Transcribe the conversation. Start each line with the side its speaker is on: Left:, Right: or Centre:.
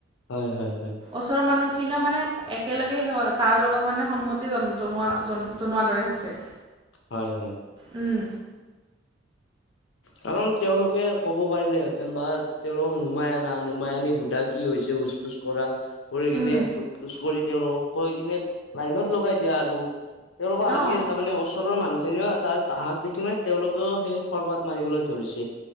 Left: হয় হয় হয়।
Right: ওচৰৰ মানুহখিনিয়ও মানে একেলগে স তাৰ লগত মানে সন্মতি জন জনোৱা জন জনোৱাৰ দৰে হৈছে।
Left: হয় হয়।
Right: উম।
Left: কাৰণ তেওঁলোকে ক ক'ব পাৰিলে হেঁতেন বা তেওঁলক নুমাই অনা নুমাই আনি সুধা কি হৈছে হোচ পোচ কৰা কৰি কিনে
Right: উম,
Left: সুধ-পোজ কৰি তেওঁলোকক কৈ কিনে লাইনত লগাই দিয়া আৰু। তেওঁলোকৰ
Right: অ',
Left: আগে তাৰমানে ওচৰৰ মানুহখিনিও তাৰ আহাক দেখি মানে তেওঁলোকেও সেই খৰ্বাত মাৰিবলৈ ধৰিছে।